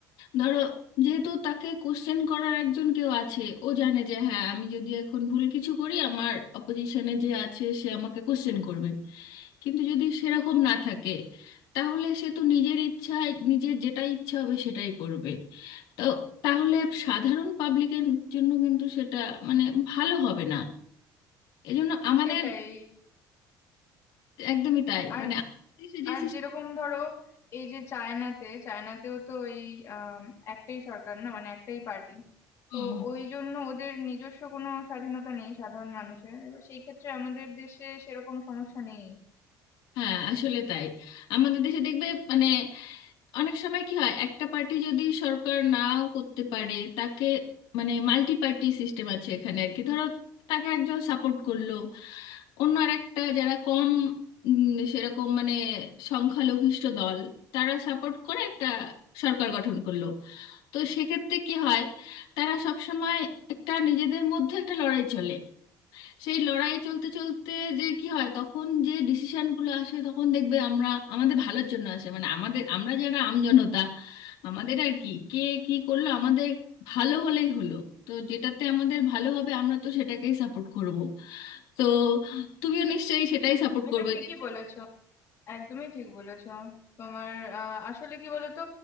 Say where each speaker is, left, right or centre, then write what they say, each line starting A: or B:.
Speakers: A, on the left; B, on the left.
A: ধরো যেহেতু তাকে কোশ্চেন করার একজন কেউ আছে ও জানে যে হ্যাঁ আমি যদি এখন ভুল কিছু করি আমার অপোজিশনে যে আছে সে আমাকে কোশ্চেন করবে কিন্তু যদি সেরকম না থাকে তাহলে সে তো নিজের ইচ্ছায় নিজের যেটা ইচ্ছা হবে সেটাই করবে তো তাহলে সাধারণ পাবলিকের জন্য কিন্তু সেটা মানে ভালো হবে না এজন্য আমাদের
B: সেটাই
A: একদমই তাই
B: আর
A: মানে আমাদের দেশে যে
B: আর
A: system-
B: যেরকম ধরো এই যে চায়নাতে চায়নাতেও তো এই আম, একটাই সরকার না মানে একটাই পার্টি
A: হুম,
B: তো ওই জন্য ওদের নিজস্ব কোনো স্বাধীনতা নেই সাধারণ মানুষের এবার সেই ক্ষেত্রে আমাদের দেশে সেরকম সমস্যা নেই
A: হ্যাঁ আসলে তাই আমাদের দেশে দেখবে মানে অনেক সময় কি হয় একটা পার্টি যদি সরকার নাও করতে পারে তাকে মানে মাল্টি পার্টি সিস্টেম আছে এখানে আর কি ধরো তাকে একজন সাপোর্ট করলো অন্য আরেকটা যারা কম উম, সেরকম মানে সংখ্যালঘিষ্ঠ দল তারা সাপোর্ট করে একটা সরকার গঠন করলো তো সেক্ষেত্রে কি হয় তারা সব সময় একটা নিজেদের মধ্যে একটা লড়াই চলে সেই লড়াই চলতে চলতে যে কি হয় তখন যে ডিসিশনগুলো আসে তখন দেখবে আমরা আমাদের ভালোর জন্য আসে মানে আমাদের আমরা যারা আমজনতা আমাদের আর কি কে কি করলো আমাদের ভালো হলেই হলো তো যেটাতে আমাদের ভালো হবে আমরা তো সেটাকেই সাপোর্ট করব তো তুমিও নিশ্চয়ই সেটাই সাপোর্ট
B: এটা
A: করবে
B: ঠিকই
A: যে
B: বলেছো একদমই ঠিক বলেছো তোমার আহ, আসলে কি বলতো